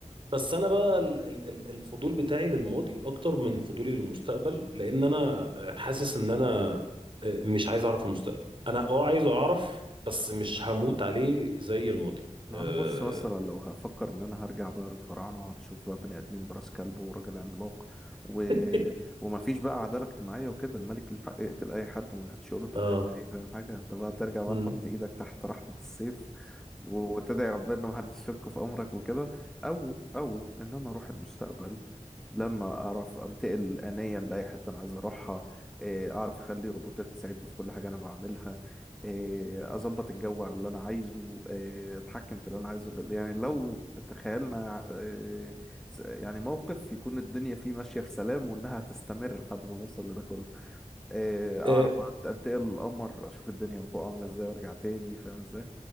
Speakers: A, on the right (about 45°); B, in the centre.
A: بس انا بقى ال- ال- ال- الفضول بتاعي للماضي اكتر من فضولي للمستقبل لان انا حاسس ان انا أه، مش عايز اعرف المستقبل انا اه عايز اعرف بس مش هموت عليه زي الماضي
B: ما
A: آه،
B: انا بص مثلا لو هفكر ان انا هرجع بقى للفراعنه وهتشوف بقى بني ادمين براس كلب وراجل عملاق و...
A: <laughs>
B: وما فيش بقى عداله اجتماعيه وكده الملك ليه حق يقتل اي حد ومحدش يقول له انت
A: اه
B: بتعمل ايه فاهم حاجه انت بقى ترجع بقى
A: امم
B: تحط ايدك تحت رحمه السيف و- وتدعي ربنا ما حدش يشك في امرك وكده او او ان انا اروح المستقبل لما اعرف انتقل انيا لاي حته انا عايز اروحها إيه، اعرف اخلي روبوتات تساعدني في كل حاجه انا بعملها إيه، اظبط الجو على اللي انا عايزه إيه، اتحكم في اللي انا عايزه يعني لو تخيلنا إيه، س- يعني موقف يكون الدنيا فيه ماشية في سلام وانها هتستمر لحد ما نوصل لده كله إيه، اعرف
A: إيه،
B: أت- انتقل القمر اشوف الدنيا من فوق عاملة ازاي وارجع تاني فاهم ازاي